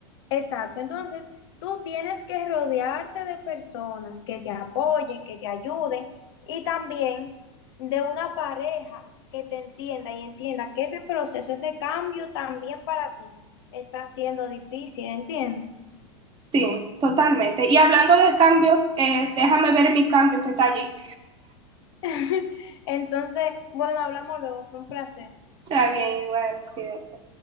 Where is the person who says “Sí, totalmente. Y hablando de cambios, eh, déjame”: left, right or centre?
Right